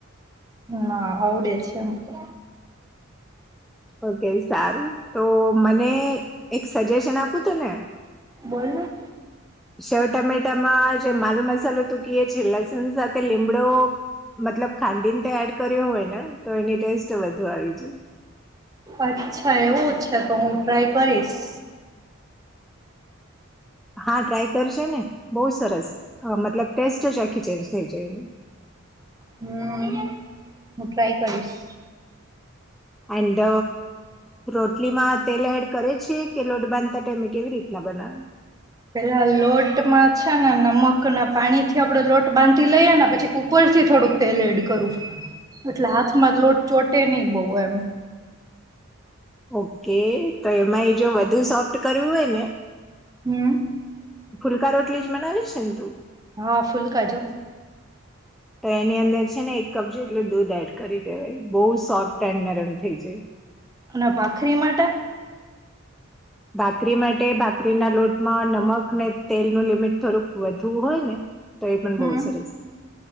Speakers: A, on the right (about 15°); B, in the centre.
A: ના, આવડે છે એમ તો.
B: ઓ કે સારું, તો મને એક સજેશન આપું તને?
A: બોલ ને.
B: સેવ ટમેટામાં જે માલ મસાલો તુ કીએ છે, લસણ સાથે લીમડો મતલબ ખાંડીને તે એડ કર્યો હોય ને તો એની ટેસ્ટ વધુ આવી જાય.
A: અચ્છા એવું છે તો હું ટ્રાય કરીશ.
B: હા ટ્રાય કરજે ને બઉ સરસ, મતલબ ટેસ્ટ જ આખી ચેન્જ થઈ જાય એની.
A: હમ્મ, હું ટ્રાય કરીશ.
B: એન્ડ રોટલીમાં તેલ એડ કરે છે કે લોટ બાંધતા ટાઈમે? કેવી રીતના બનાવે?
A: પેલા લોટમાં છે ને નમકના પાણીથી આપણે લોટ બાંધી લઈએ પછી ઉપરથી થોડુંક તેલ એડ કરું, એટલે હાથમાં લોટ ચોટે નઈ બઉ એમ.
B: ઓ કે તો એમાં એ જો વધુ સોફ્ટ કરવું હોય ને
A: હમ્મ.
B: ફુલકા રોટલી જ બનાવે છે ને તું?
A: હા, ફૂલકા જો.
B: તો એની અંદર છે ને એક કપ જેટલું દૂધ એડ કરી દેવાય બઉ સોફ્ટ એન્ડ નરમ થઇ જાય.
A: અના ભાખરી માટે?
B: ભાકરી માટે ભાકરીના લોટમાં નમક ને તેલનું લિમિટ થોડુંક વધુ હોય ને તો એ પણ
A: હમ્મ,
B: બહુ સરસ